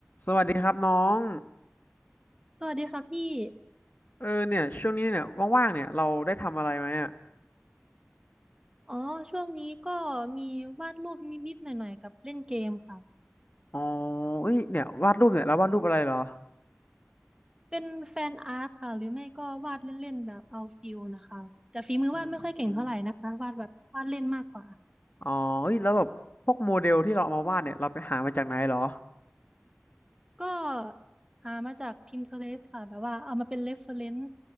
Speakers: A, on the left; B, on the right.
A: สวัสดีครับน้อง
B: สวัสดีค่ะพี่
A: เออเนี่ยช่วงนี้เนี่ยว่างๆเนี่ยเราได้ทำอะไรไหมอ่ะ
B: อ๋อช่วงนี้ก็มีวาดรูปนิดๆหน่อยๆกับเล่นเกมค่ะ
A: อ๋อเอ้ยเนี่ยวาดรูปเนี่ยเราวาดรูปอะไรเหรอ
B: เป็นแฟนอาร์ตค่ะหรือไม่ก็วาดเล่นๆแบบเอาฟิลนะคะแต่ฝีมือวาดไม่ค่อยเก่งเท่าไหร่นะคะวาดแบบวาดเล่นมากกว่า
A: อืมอ๋อเอ้ยแล้วแบบพวกโมเดลที่เราเอามาวาดเนี่ยเราไปหามาจากไหนเหรอ
B: ก็หามาจาก Pinterest ค่ะแบบว่าเอามาเป็น reference